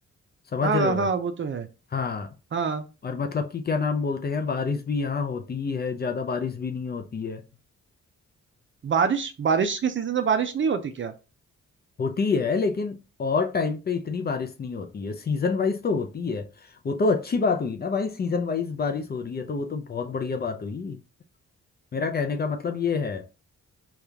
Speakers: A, on the left; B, on the right.
A: समझ
B: हाँ
A: रहे हो
B: हाँ वो तो है
A: हाँ
B: हाँ
A: और मतलब कि क्या नाम बोलते हैं बारिश भी यहाँ होती ही है ज़्यादा बारिश भी नहीं होती है
B: बारिश बारिश के सीजन में बारिश नहीं होती क्या
A: होती है लेकिन और टाइम पे इतनी बारिश नहीं होती है सीजन वाइज तो होती है वो तो अच्छी बात हुई ना भाई सीजन वाइज बारिश हो रही है तो वो तो बहुत बढ़िया बात हुई मेरा कहने का मतलब ये है